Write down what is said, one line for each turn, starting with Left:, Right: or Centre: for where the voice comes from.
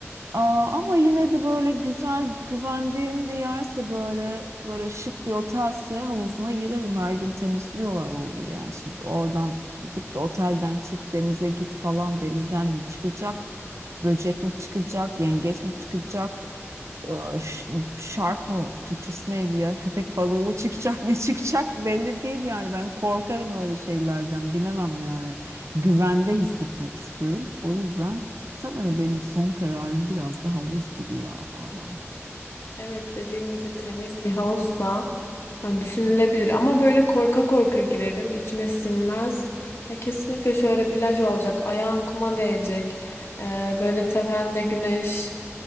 Right: Aa, ama yine de böyle güzel güvendiğim bir yerse böyle böyle şık bir otelse havuzuna girerim her gün temizliyorlar orada yani şimdi oradan gidip de otelden çık denize git falan denizden mi çıkacak böcek mi çıkacak yengeç mi çıkacak Ee, ş- shark mı Türkçesi neydi ya köpek balığı mı çıkacak <laughs> ne çıkacak belli değil yani ben korkarım öyle şeylerden bilemem yani güvende hissetmek istiyorum o yüzden Sanırım benim son kararım biraz da havuz gibi ya hala.
Left: Evet dediğin gibi temiz bir havuzsa yani düşünülebilir ama böyle korka korka girerim içime sinmez. E, kesinlikle şöyle plaj olacak ayağın kuma değecek E, böyle tepende güneş